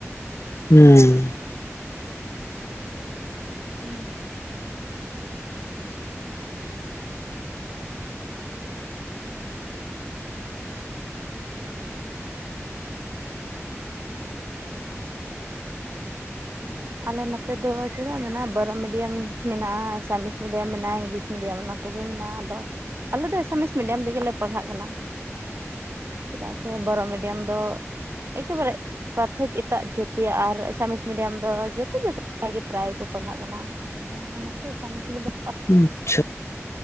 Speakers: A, on the left; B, on the right.
A: ᱦᱩᱸ
B: ᱦᱩᱸ ᱟᱞᱮ ᱱᱚᱛᱮ ᱫᱚ ᱪᱮᱫᱟᱜ ᱢᱮᱱᱟᱜ-ᱟ ᱵᱚᱨᱚ ᱢᱤᱰᱤᱭᱟᱢ ᱢᱮᱱᱟᱜ-ᱟ ᱟᱥᱟᱢᱤᱥ ᱢᱤᱰᱤᱭᱟᱢ ᱢᱮᱱᱟᱟᱜ-ᱟ ᱤᱝᱞᱤᱥ ᱢᱤᱰᱤᱭᱟᱢ ᱚᱱᱟ ᱠᱚᱜᱮ ᱢᱮᱱᱟᱜ-ᱟ ᱟᱫᱚ ᱟᱞᱮ ᱫᱚ ᱮᱥᱮᱢᱤᱥ ᱢᱤᱰᱤᱭᱟᱢ ᱛᱮᱜᱮ ᱞᱮ ᱯᱟᱲᱦᱟᱜ ᱠᱟᱱᱟ ᱾
A: <inaudible>
B: ᱪᱮᱫᱟᱜ ᱥᱮ ᱵᱚᱨᱚ ᱢᱤᱰᱤᱭᱟᱢ ᱫᱚ, ᱮᱠᱮᱵᱟᱨᱮ ᱯᱟᱨᱛᱷᱚᱠ ᱮᱴᱟᱜ ᱡᱟᱹᱛᱤᱭᱚ ᱟᱨ ᱮᱥᱟᱢᱤᱥ ᱢᱤᱰᱤᱭᱟᱢ ᱫᱚ ᱡᱚᱛᱚ ᱡᱟᱹᱛ ᱜᱮ ᱯᱨᱟᱭ ᱠᱚ ᱯᱟᱲᱦᱟᱜ ᱠᱟᱱᱟ ᱟᱫᱚ ᱱᱚᱛᱮ <inaudible> ᱢᱤᱰᱤᱭᱟᱢ <inaudible>
A: ᱟᱪᱪᱷᱟ